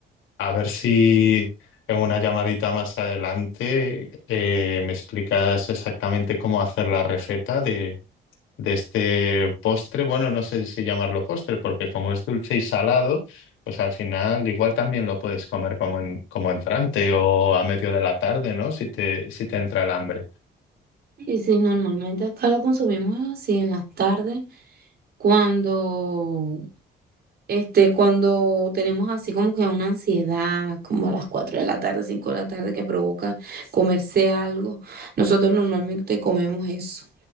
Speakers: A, on the left (about 85°); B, on the right (about 50°).
A: a ver si en una llamadita más adelante eh, me explicas exactamente cómo hacer la receta de este postre. Bueno, no sé si llamarlo postre, porque como es dulce y salado, pues al final igual también lo puedes comer como, en- como entrante o a medio de la tarde, ¿no? Si te, si te entra el hambre.
B: Y si normalmente acá lo consumimos así en las tardes, cuando, este, cuando tenemos así como que una ansiedad, como a las 4 de la tarde, 5 de la tarde, que provoca comerse algo, nosotros normalmente comemos eso.